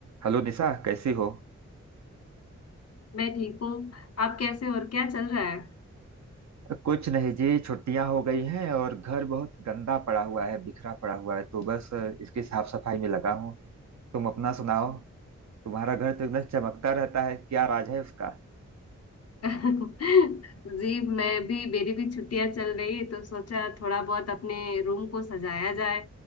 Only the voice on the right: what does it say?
Hello Nisha कैसी हो
कुछ नहीं जी छुट्टियां हो गई हैं और घर बहुत गंदा पड़ा हुआ है बिखरा पड़ा हुआ है तो बस अ, इसकी साफ सफाई में लगा हूँ तुम अपना सुनाओ तुम्हारा घर तो एकदम चमकता रहता है क्या राज है उसका